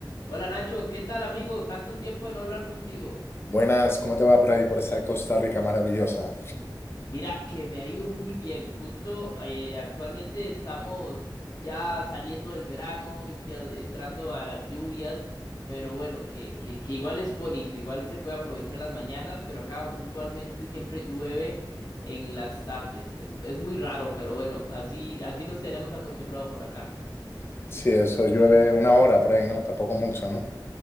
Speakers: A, on the left; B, on the left.
A: Hola Nacho, ¿qué tal amigo? Tanto tiempo de no hablar contigo.
B: Buenas, ¿cómo te va por ahí, por esa Costa Rica maravillosa?
A: Mira, que me ha ido muy bien. Justo eh, actualmente estamos ya saliendo del verano, intia- entrando a las lluvias, pero bueno, que, que, que igual es bonito, igual se puede aprovechar las mañanas, pero acá usualmente siempre llueve en las tardes. Es, es muy raro, pero bueno, así, así nos tenemos acostumbrados por acá.
B: Sí, eso llueve una hora por ahí, ¿no? Tampoco mucho, ¿no?